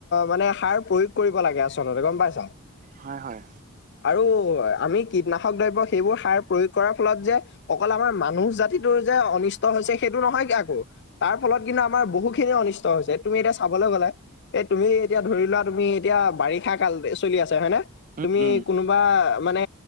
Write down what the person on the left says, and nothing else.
মানে সাৰ প্ৰয়োগ কৰিব লাগে আচলতে গম পাইছ।
আৰু আমি কীটনাশক দ্ৰব্য সেইবোৰ সাৰ প্ৰয়োগ কৰাৰ ফলত যে অকল আমাৰ মানুহ জাতিটোৰ যে অনিষ্ট হৈছে সেইটো নহয় কি আকৌ। তাৰফলত কিন্তু আমাৰ বহুখিনি অনিষ্ট হৈছে, তুমি এতিয়া চাবলৈ গলে এই তুমি এতিয়া ধৰি লোৱা তুমি এতিয়া বাৰিষা কাল চলি আছে হয় নে
তুমি
কোনোবা মানে